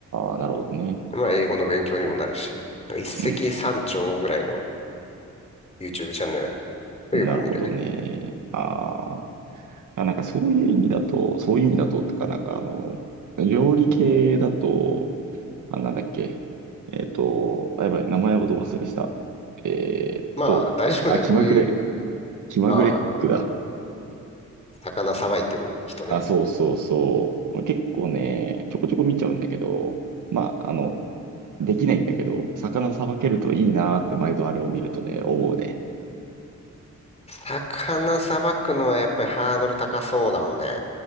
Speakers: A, on the right (about 75°); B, on the left (about 20°).
A: あー、なるほどね。
B: まあ英語の勉強にもなるし、一石三鳥ぐらいの
A: うん。
B: YouTube チャンネルをよく見るね。
A: なるほどね。あーあ、なんかそういう意味だと、そういう意味だと、っていうか、なんかあの、料理系だと、あ、なんだっけ。えっと、あ、やばい、名前をど忘れした。えーっと、
B: まあ大丈夫だよ。
A: あ、気まぐれ、
B: どういう、
A: 気まぐれクックだ。
B: ああ、魚さばいてる人ね。
A: あ、そうそうそう。結構ね、ちょこちょこ見ちゃうんだけど、まあ、あの、できないんだけど、魚さばけるといいなーって毎度あれを見るとね、思うね。
B: 魚さばくのはやっぱりハードル高そうだもんね。